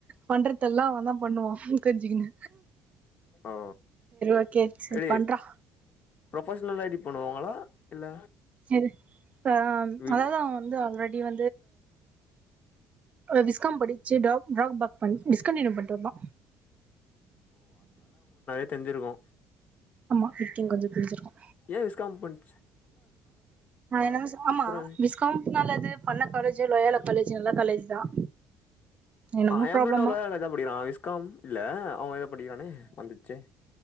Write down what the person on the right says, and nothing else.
பண்ற தெல்லா அவ தா பண்ணுவா கஞ்சிகினு
ஓகே சேரி
பண்றா
எது ஆ
அதாது அவ வந்து ஆல்ரெ டி வ விஸ்காம் படிச்சு ட்ரா ட்ராபேக் டிஸ்கன்டினியூ பண்ட்டு வந்தா
ஆமா விக்கி கொஞ்ச கிளிஞ்சிருக்கு
என்னது ஆமா
விஸ்காம் பண்ண காலேஜ் லோயால காலேஜ் நல்ல காலேஜ் தான் என்னமோ
ப்ராப்ளமா